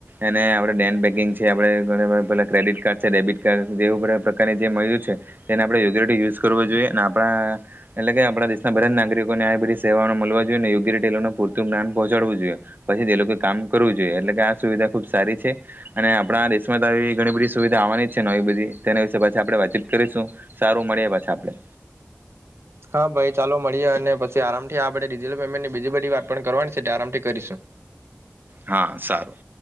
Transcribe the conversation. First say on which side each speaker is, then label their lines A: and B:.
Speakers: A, on the right; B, on the right.
A: એને આપણે નેટ બેેકિંગ છે, આપણે ઘણા બધા પેલા ક્રેડિટ કાર્ડ છે, ડેબિટ કાર્ડ એવું બધા પ્રકારની જે મળ્યું છે. તેને આપણે યોગ્યરિટી યુઝ કરવો જોઈએ. આપ આપણા એટલે કે આપણા દેશના બધા જ નાગરિકોને આ બધી સેવાઓ મળવા જોઈએ. ને યોગ્ય રીતે લોકોને પૂરતું જ્ઞાન પહોચાડવું જોઇએ. પછી એ લોકો કામ કરવું જોઈએ. એટલે કે આ સુવિધા ખુબ સારી છે. અને આપણા દેશમાં તો આવી ઘણી બધી સુવિધા આવવાની જ છે નવી બધી. તેના વિશેછી આપણે વાતચીત કરીશું. સારું મળીએ પાછી આપડણે
B: હા ભાઈ ચાલો મળીએ. અને પછી આરામથી આપડે ડિજિટલ પેમેન્ટની બીજી બધી વાત પણ કરવાની છે. આરામથી કરીશું.
A: હા સારું.